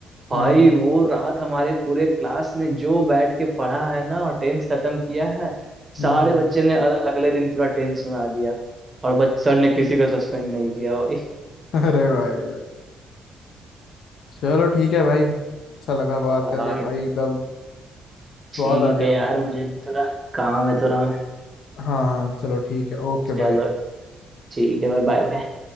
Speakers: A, on the right; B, on the left.
A: भाई
B: हम्म
A: वो रात हमारे पूरे क्लास ने जो बैठ के पढ़ा है ना और टेंस खत्म किया है
B: हम्म
A: सारे बच्चे ने अ- अगले दिन पूरा टेंस सुना दिया और बच सर ने किसी को सस्पेंड नहीं किया भाई
B: अरे भाई भाई चलो ठीक है भाई अच्छा लगा बात
A: हाँ
B: करके भाई एकदम स्वाद
A: ठीक
B: आ गया
A: है यार
B: भाई
A: मुझे भी थोड़ा काम है थोड़ा मैं
B: हाँ हाँ चलो ठीक है ओके
A: चलो
B: बाय
A: ठीक है भाई बाय बाय